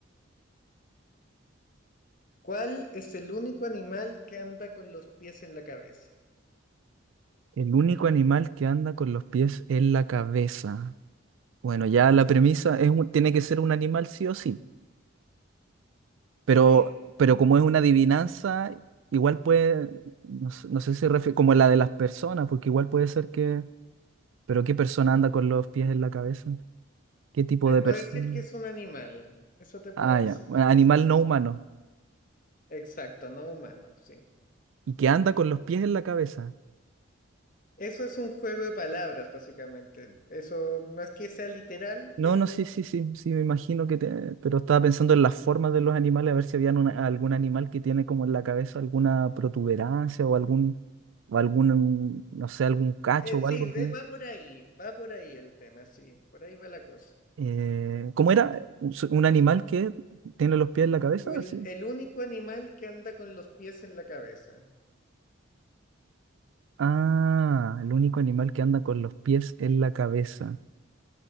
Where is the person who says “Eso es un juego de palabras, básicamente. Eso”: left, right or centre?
Left